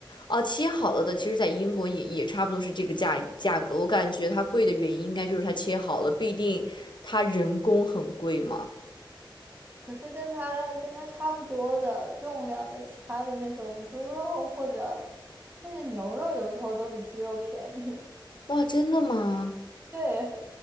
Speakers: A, on the left; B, on the right.
A: 哦，切好了的，其实在英国也也差不多是这个价价格。我感觉它贵的原因应该就是它切好了，必定它人工很贵嘛。
B: 可是跟它跟它差不多的重量的其他的那种猪肉或者甚至牛肉，有时候都比鸡肉便宜。
A: 哇，真的吗？
B: <laughs> 对，